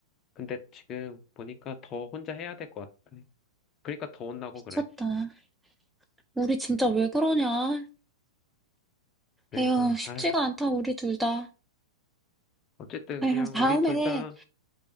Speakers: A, on the left; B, in the centre.
A: 근데 지금 보니까 더 혼자 해야 될 것 같아. 그러니까 더 혼나고
B: 미쳤다.
A: 그래.
B: 우리 진짜 왜 그러냐?
A: 그러니까
B: 에휴, 쉽지가
A: 아,
B: 않다, 우리 둘 다.
A: 어쨌든
B: 에휴,
A: 그냥
B: 다음에,
A: 우리 둘 다,